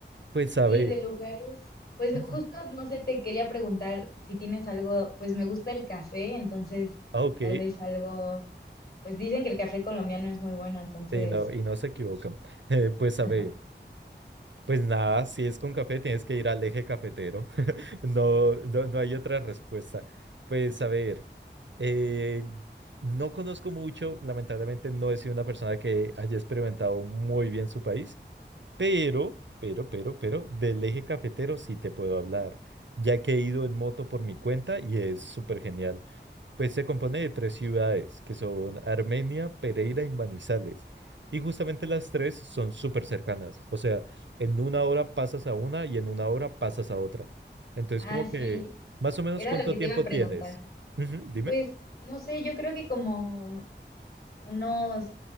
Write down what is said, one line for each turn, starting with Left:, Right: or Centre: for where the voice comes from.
Right: pues a
Left: Sí,
Right: ver.
Left: de lugares, pues
Right: Ujú.
Left: justo, no sé, te quería preguntar si tienes algo, pues me gusta el café, entonces
Right: Ah, ok.
Left: tal vez algo, pues dicen que el café colombiano es muy bueno, entonces,
Right: Sí, no, y no se equivocan. <laughs> Eh, pues
Left: <laughs>
Right: a ver, pues nada, si es con café, tienes que ir al eje cafetero. No, no, no hay otra respuesta. Pues a ver, eh, no conozco mucho, lamentablemente no he sido una persona que haya experimentado muy bien su país, pero, pero, pero, pero, del eje cafetero sí te puedo hablar, ya que he ido en moto por mi cuenta y es súper genial. Pues se compone de tres ciudades, que son Armenia, Pereira y Manizales. Y justamente las tres son súper cercanas. O sea, en una hora pasas a una y en una hora pasas a otra. Entonces,
Left: ah,
Right: como
Left: sí,
Right: que, más o menos,
Left: era
Right: ¿cuánto
Left: lo que
Right: tiempo
Left: te iba a preguntar.
Right: tienes? Ujú, dime.
Left: Pues no sé, yo creo que como unos